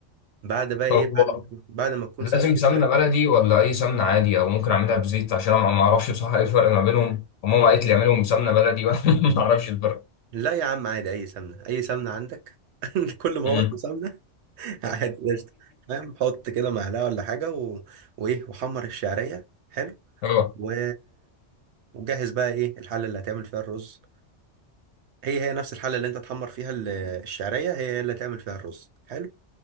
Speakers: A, on the right (about 70°); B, on the left (about 85°).
A: بعد بقى
B: طب
A: ايه
B: هو
A: بعد ما تكون- بعد ما تكون
B: لازم
A: سلقت
B: سمنه
A: الفراخ
B: بلدي ولا اي سمنه عادي او ممكن اعملها بزيت عشان انا ما اعرفش بصراحه ايه الفرق ما بينهم وماما قالت لي اعملهم بسمنه بلدي وانا <laughs> ما اعرفش الفرق
A: لا يا عم عادي اي سمنة اي سمنة عندك <laughs> كل ما
B: مم.
A: هو اسمه سمنة <laughs> عادي قشطة فاهم حط كده معلقة ولا حاجة و... وإيه وحمر الشعرية حلو
B: اه
A: و... وجهز بقى إيه الحلة اللي هتعمل فيها الرز هي هي نفس الحلة اللي أنت تحمر فيها ال- الشعرية هي هي اللي هتعمل فيها الرز حلو